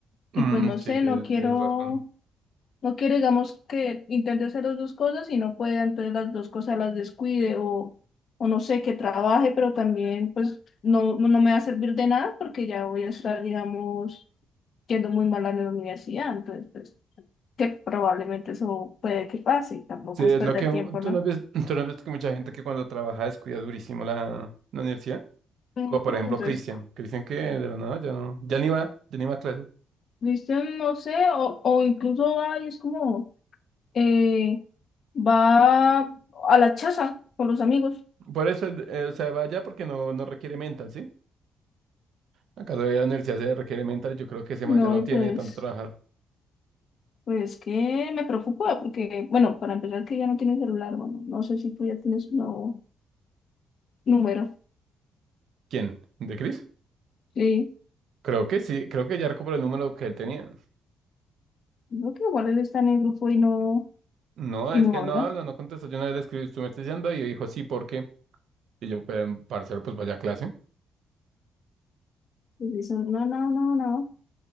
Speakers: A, on the right; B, on the left.
A: Mm,
B: y pues no
A: sí,
B: sé,
A: tienes,
B: no quiero,
A: tienes razón.
B: no quiero, digamos, que intente hacer las dos cosas y no pueda, entonces las dos cosas las descuide o, o no sé, que trabaje, pero también pues no, no no me va a servir de nada porque ya voy a estar, digamos, yendo muy mal a la universidad, entonces pues que probablemente eso puede que pase y tampoco
A: Sí,
B: es
A: es
B: perder
A: lo que
B: tiempo,
A: tú
B: ¿no?
A: no ves, <clears throat> tú no ves que mucha gente que cuando trabaja descuida durísimo la, la universidad.
B: Mm,
A: Como por ejemplo
B: Entonces,
A: Cristian. Cristian que de la nada ya no, ya ni va, ya ni va a clases.
B: ¿Viste? No sé, o, o incluso va y es como, eh, va a la chaza con los amigos.
A: Por eso, eh, o sea, va allá porque no, no requiere mental, ¿sí? Acaso de la universidad se requiere mental y yo creo que ese
B: No,
A: man ya no
B: y
A: tiene
B: pues,
A: de tanto trabajar.
B: pues que me preocupa, porque, bueno, para empezar que ya no tiene celular, bueno, no sé si tú ya tienes un nuevo número.
A: ¿Quién? ¿De Chris?
B: Sí,
A: Creo que sí, creo que ya por el número que él tenía.
B: creo que igual él está en el grupo y no,
A: No,
B: y
A: es
B: no
A: que
B: habla.
A: él no habla, no contesta. Yo una vez le escribí, tú me estás diciendo, y dijo, sí, ¿por qué? Y yo, pero, parcero, pues vaya a clase.
B: Pues dice, no, no, no, no,